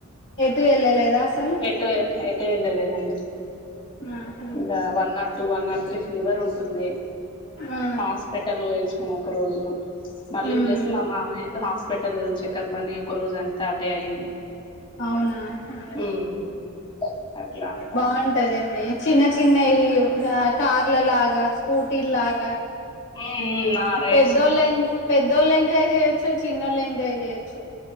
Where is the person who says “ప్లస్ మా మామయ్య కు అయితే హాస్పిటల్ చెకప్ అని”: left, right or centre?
Left